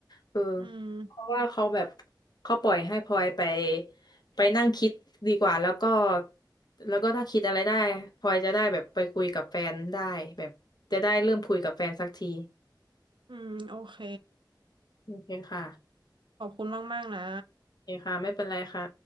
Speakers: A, on the left (about 60°); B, on the right (about 90°).
A: เออ
B: อืม
A: เพราะว่าเขาแบบเขาปล่อยให้พลอยไปไปนั่งคิดดีกว่าแล้วก็แล้วก็ถ้าคิดอะไรได้พลอยจะได้แบบไปคุยกับแฟนได้แบบจะได้เริ่มคุยกับแฟนสักที
B: อืมโอเค
A: โอเคค่ะ
B: ขอบคุณมากๆนะ
A: โอเคค่ะไม่เป็นไรค่ะ